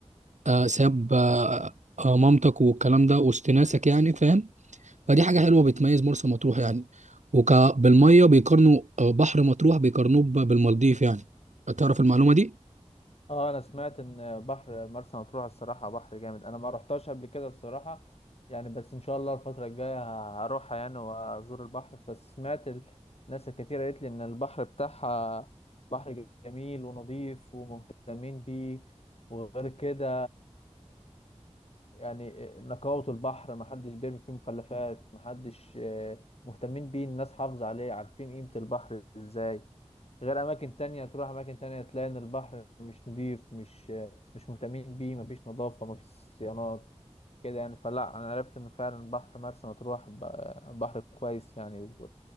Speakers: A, on the right (about 85°); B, on the left (about 60°).
A: آه، ساب آه، آه، مامتك والكلام ده وسط ناسك يعني فاهم فدي حاجة حلوة بتميز مرسى مطروح يعني وك بالمية بيقارنوا آه، بحر مطروح بيقارنوه ب- بالمالديف يعني تعرف المعلومة دي
B: اه انا سمعت ان بحر مرسى مطروح الصراحه بحر جامد انا ما رحتش قبل كده الصراحه يعني بس ان شاء الله الفتره الجايه هروحها يعني وازور البحر بس سمعت ال- الناس الكتير قالت لي ان البحر بتاعها بحر جميل ونظيف ومهتمين بيه وغير كده يعني نقاوة البحر محدش بيرمي فيه مخلفات محدش آه، مهتمين بيه الناس حافظة عليه عارفين قيمة البحر ازاي غير أماكن تانية تروح أماكن تانية تلاقي إن البحر مش نضيف مش آه، مش مهتمين بيه مفيش نظافة مفيش صيانات كده يعني فلا أنا عرفت إن فعلا بحر مرسى مطروح ب- بحر كويس يعني و...